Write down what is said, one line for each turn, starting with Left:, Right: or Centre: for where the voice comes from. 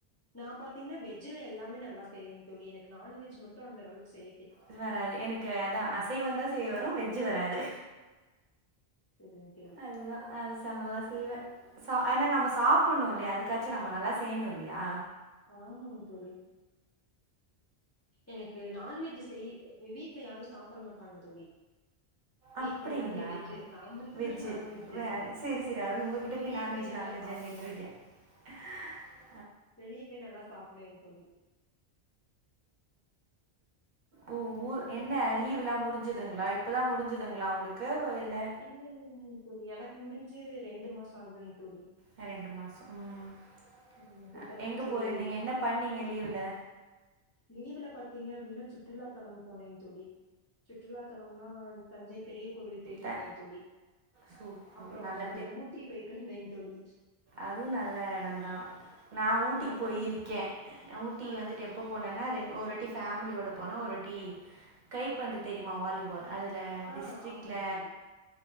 Left: நா பாத்தீங்கன்னா வெ வெஜ்ல எல்லாமே நல்லா செய்வேங் தோழி எனக்கு நான்வெஜ் மட்டு அந்தளவுக்கு செய
Right: ஜ் வராது எனக்கு அதா அசைவந்தா செய்ய வரு வெஜ் வராது
Left: செரி ஓகே ழி
Right: அதுதான் அது சா நல்லா செய்வே சா ஏனா நம்ம சாப்புட்ணு இல்லையா அதுக்காச்சு நம்ம நல்லா செய்யணு இல்லியா
Left: ஆமாங் தோழி எனக்கு நான்வெஜ் செய் வீட்ல யாரு சாப்ட மாட்டாங்க தோழி வீட்டல
Right: அப்படிங்களா
Left: எல்லாருமே வெஜ்ஜு நா மட்டுந்தா
Right: வெஜ்ஜு
Left: நான்வெஜ்ஜ
Right: வே சரி சரி அது உங்ககிட்ட
Left: வெளியே
Right: நான்வெஜ்
Left: போய் நல்லா
Right: நான்வெஜ்ஜுன்னுட்டு
Left: சாப்புடுவ
Right: இருக்கேன்
Left: <inaudible>
Right: <inaudible>
Left: வெளிய போய் நல்லா சாப்டுவேங்க தோழி
Right: ஓ ஊ என்ன லீவ்ல்லா முடிஞ்சுதுங்களா இப்பதா முடிஞ்சுதுங்களா உங்களுக்கு போயல
Left: இல்ல இல்லங்க தோழி எனக்கு முடிஞ்சு ரெண்டு மாச ஆகுதுங்கு தோழி
Right: ஆ ரெண்டு மாச ம்
Left: ஆமாங்க
Right: ஆ
Left: இப்பதாங்க
Right: எங்கே
Left: தோழி
Right: போயிருந்தீங்க என்ன பண்ணீங்க லீவ்ல
Left: லீவுல பாத்தீங்க அப்டின்னா சுற்றுலாத்தலம் போனேங்க தோழி சுற்றுலாத்தலம்னா தஞ்சை பெரிய கோவில் போயிட்டு
Right: த
Left: வந்தேங் தோழி
Right: சூப்பர்
Left: அப்புற
Right: நல்ல
Left: இங்க ஊட்டி போயிட்டு வந்தேங் தோழி
Right: அதுவு நல்ல எடந்தா நா
Left: அப்புறோ
Right: ஊட்டி
Left: மருதமலை
Right: போய்ருக்கே ஊட்டி
Left: ஆ
Right: வந்துட்டு எப்போ போனேன்னா ரெண்டு ஒருட்டி ஃபேமிலியோட போனா ஒருட்டி கைப் பந்து தெரியுமா வாலிபால் அதுல
Left: ஆ
Right: டிஸ்ட்ரிக்ல
Left: ஆமாங்க தோழி